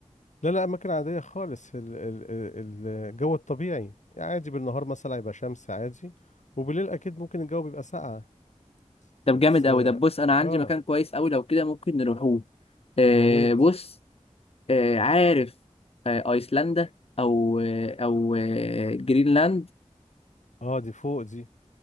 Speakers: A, on the left; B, on the left.
A: لا لا أماكن عادية خالص ال- ال- ال- الجو الطبيعي يعني عادي بالنهار مثلا هيبقى شمس عادي وبالليل أكيد ممكن الجو بيبقى ساقع
B: طب
A: بس
B: جامد قوي طب بص انا عندي
A: آه
B: مكان كويس قوي لو كده ممكن نروحوه آه
A: يا ريت
B: بص آه عارف آه ايسلندا او آه او آه جرينلاند
A: آه دي فوق دي